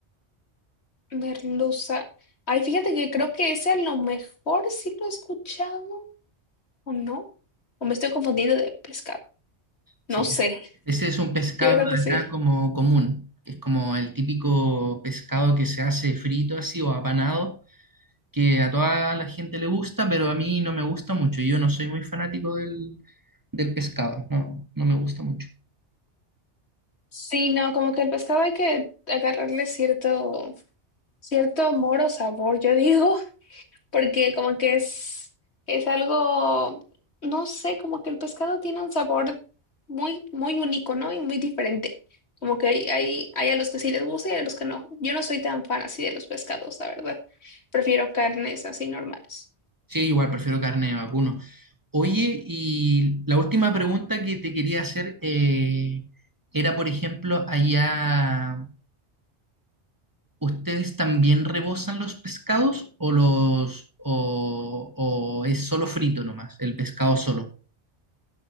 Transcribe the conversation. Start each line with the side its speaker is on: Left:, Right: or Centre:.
Left: Merluza. Ay, fíjate que creo que ese a lo mejor sí lo he escuchado, o no, o me estoy confundiendo de pescado.
Right: Sí,
Left: No sé,
Right: Ese es un pescado
Left: yo creo
Right: de
Left: que sí.
Right: acá como común, que es como el típico pescado que se hace frito así o apanado, que a toda la gente le gusta, pero a mí no me gusta mucho. Yo no soy muy fanático del, del pescado, no, no me gusta mucho.
Left: Sí, no, como que el pescado hay que agarrarle cierto, cierto amor o sabor, yo digo. porque como que es, es algo, no sé, como que el pescado tiene un sabor muy, muy único, ¿no? Y muy diferente. Como que hay, hay, hay a los que sí les gusta y a los que no. Yo no soy tan fan así de los pescados, la verdad. Prefiero carnes así normales.
Right: Sí, igual prefiero carne de vacuno. Oye, y la última pregunta que te quería hacer eh, era, por ejemplo, allá ¿Ustedes también rebosan los pescados o los o, o es solo frito nomás, el pescado solo?